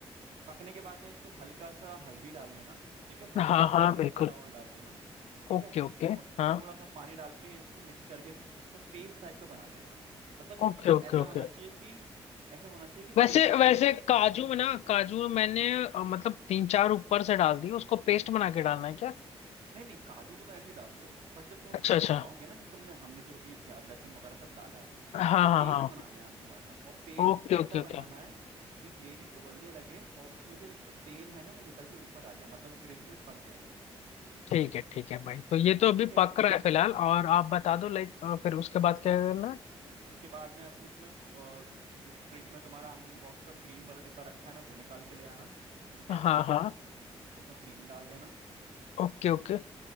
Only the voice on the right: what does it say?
पकने के बाद में इसको हल्का सा हल्दी डाल देना ठीक है हल्का
सा
गरम
मसाला और डाल देना ठीक
है
और
थोड़ा सा पानी डाल के इसको मिक्स करके प- इसको पेस्ट टाइप का बना लेना मतलब
कि
ऐसा
होना चाहिए कि ऐसा होना चाहिए कि
तेल
नहीं नहीं काजू को तो ऐसे ही डाल दो बट जब तुम उसको
पकाओगे ना जो तुमने हमने जब अभी प्याज लहसुन वगैरह सब डाला है
इसका पेस्ट
हाँ बनाना है हमको ऐसा और पेस्ट
ऐसा
बनाना है कि ग्रेवी उबलने लगे और उसमें से जो तेल है ना वो निकल के ऊपर आ जाए मतलब वो ग्रेवी फिर पक जाएगी
ठीक है
उसके बाद में अपने तुम्हें अ, जो फ्रिज में तुम्हारा अमूल बॉक्स का क्रीम वाला डिब्बा रखा है ना वो निकाल के ले आना ठीक
है
इसमें क्रीम डाल देना